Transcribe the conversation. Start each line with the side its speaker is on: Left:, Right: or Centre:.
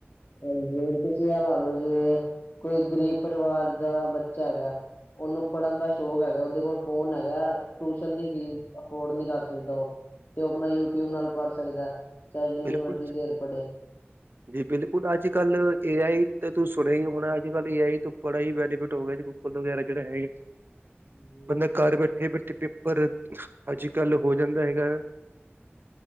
Left: ਹਾਂਜੀ, ਹੁਣ ਤੁਸੀਂਐ ਲਾ ਲੋ ਜਿਵੇਂ ਕੋਈ ਗ਼ਰੀਬ ਪਰਿਵਾਰ ਦਾ ਬੱਚਾ ਹੈਗੈ ਓਨੂੰ ਪੜ੍ਹਨ ਦਾ ਸ਼ੌਕ ਹੈਗੈ, ਓਦੇ ਕੋਲ ਫੋਨ ਹੈਗੈ, ਟੂਸ਼ਨ ਦੀ ਫੀਸ ਅਫੋਰਡ ਨੀ ਕਰ ਸਕਦਾ ਓਹ। ਤੇ ਓਹ ਅਪਣਾ ਯੂਟਿਊਬ ਨਾਲ ਪੜ੍ਹ ਸਕਦੈ। ਚਾਹੇ ਜਿੰਨੀ
Right: ਬਿਲਕੁਲ
Left: ਮਰਜ਼ੀ ਦੇਰ ਪੜ੍ਹੇ।
Right: ਜੀ ਬਿਲਕੁਲ, ਅੱਜ-ਕੱਲ੍ਹ ਏ ਆਈ ਤੇ ਤੂੰ ਸੁਣਿਆ ਈ ਹੋਣੈ ਅੱਜ-ਕੱਲ੍ਹ ਏ ਆਈ ਤੋਂ ਬੜਾ ਈ ਬੈਨੀਫਿਟ ਹੋ ਗਿਆ ਜੀ ਗੁ ਗੂਲ ਵਗੈਰਾ ਜੇੜਾ ਹੈਗੈ।
Left: ਪੜ੍ਹੇ
Right: ਬੰਦਾ ਘਰ ਬੈਠੇ-ਬੈਠੇ ਪੇਪਰ ਅੱਜ-ਕੱਲ ਹੋ ਜਾਂਦਾ ਹੈਗਾ ਆ।